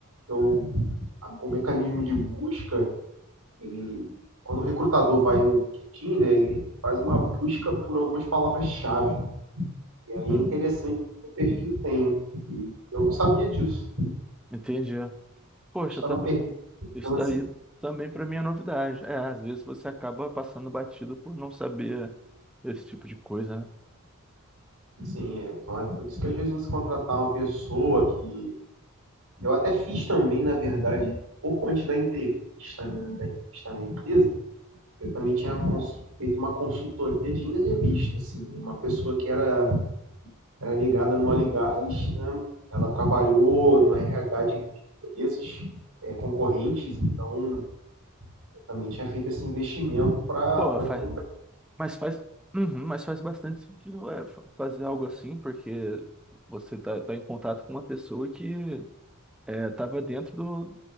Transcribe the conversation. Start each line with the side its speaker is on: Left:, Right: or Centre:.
Right: eu, a- o mecanismo de busca, ele, quando o recrutador vai no LinkedIn, né, ele faz uma busca por algumas palavras-chave. E aí
Centre: Hum,
Right: é interessante que o perfil tem. E eu não sabia disso. A
Centre: entendi. Poxa,
Right: gente Estava
Centre: eu também.
Right: perdendo
Centre: Isso
Right: chance.
Centre: daí também para mim é novidade. É, às vezes você acaba passando batido por não saber esse tipo de coisa, né?
Right: Sim, então é por isso que às vezes você contratar uma pessoa que. Eu até fiz também, na verdade, pouco antes da entrevista, né, da entrevista na empresa, eu também tinha cons- feito uma consultoria de entrevista, assim, uma pessoa que era, era ligada no óleo e gás, né, ela trabalhou no RH de empresas é, concorrentes, então eu também tinha feito esse investimento para
Centre: Pô, faz,
Right: ter um
Centre: mas faz, Uhum, mas faz bastante sentido é, fa- fazer algo assim, porque você tá, tá em contato com uma pessoa que é, tava dentro do,